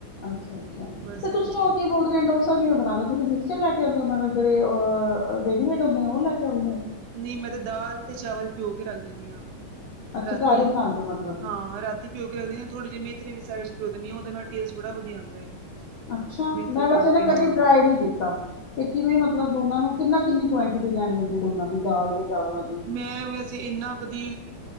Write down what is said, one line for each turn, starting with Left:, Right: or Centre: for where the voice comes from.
Left: ਅੱਛਾ ਅੱਛਾ,
Right: ਬਸ
Left: ਤੇ
Right: ਹਾਂਜੀ
Left: ਤੁਸੀਂ ਉਹ ਕੀ ਬੋਲਦੇ ਰਹੇ ਡ ਡੋਸਾਂ ਕਿਵੇਂ ਬਣਾਦੇੋ ਤੁਸੀਂ, ਮਿਕਸਰ ਲੈ ਕੇ ਆਉਦੇ ਜਿਹੜੇ ਰੇਡੀਮੇਡ ਹੁੰਦੇ ਨੇ, ਉਹ ਲੈ ਕੇ ਆਉਂਦੇ ਹੋ?
Right: ਨਹੀਂ ਮੈਂ ਤੇ ਦਾਲ ਤੇ ਚਾਵਲ ਪਿਓ ਕੇ ਰੱਖ ਦਿੰਦੀ ਹਾਂ,
Left: ਅੱਛਾ
Right: ਰਾਤੀ,
Left: ਘਰ ਹੀ ਬਣਾਉਂਦੇ ਹੋ ਮਤਲਬ
Right: ਹਾਂ ਰਾਤੀ ਪਿਓ ਕੇ ਰੱਖਦੇ ਹਾਂ, ਥੋੜੇ ਜਹੇ ਮੇਥਰੇ ਵੀ ਸਾਈਡ ਤੇ ਪਿਓ ਦੇਂਦੀ ਹਾਂ, ਉਹਦੇ ਨਾਲੇ ਟੇਸਟ ਬੜਾ ਵਧੀਆ ਆਂਦਾ ਏ।
Left: ਅੱਛਾ,
Right: ਮੇਥਰੇ
Left: ਮੈਂ ਵੈਸੇ
Right: ਪਾ
Left: ਇਹਨਾਂ
Right: ਕੇ ਹਾਂ
Left: ਕਦੇ ਟਰਾਈ ਨੀ ਕੀਤਾ। ਤੇ ਕਿਵੇਂ ਮਤਲਬ ਦੋਨਾਂ ਨੂੰ, ਕਿੰਨਾ- ਕਿੰਨੀ ਕੁਆਆਂਟਿਟੀ ਲੈਣੀ ਹੁੰਦੀ ਦੋਨਾਂ ਦੀ, ਦਾਲ ਤੇ ਚਾਵਲਾਂ ਦੀ‌?
Right: ਮੈਂ ਵੈਸੇ ਇੰਨਾ ਕਦੀ,